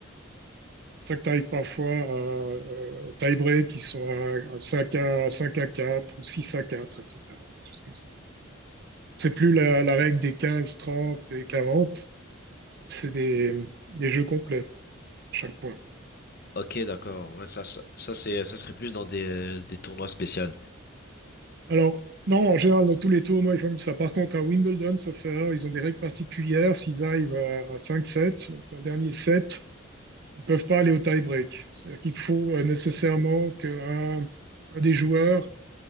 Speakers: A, on the right; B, on the left.
A: C'est ça que tu arrives parfois à euh, tie-break qui sont à, à 5 à, 5 à 4 ou 6 à 4, etc. Quelque chose comme ça. C'est plus la, la règle des 15, 30 et 40. C'est des, des jeux complets, chaque point.
B: Ok, d'accord. Ouais, ça, ça, ça c'est, ça serait plus dans des, euh, des tournois spéciaux.
A: Alors, non, en général, dans tous les tournois, ils font comme ça. Par contre, à Wimbledon, sauf erreur, ils ont des règles particulières. S'ils arrivent à, à 5-7, donc dans le dernier set, ils ne peuvent pas aller au tie-break. C'est-à-dire qu'il faut euh, nécessairement qu'un un des joueurs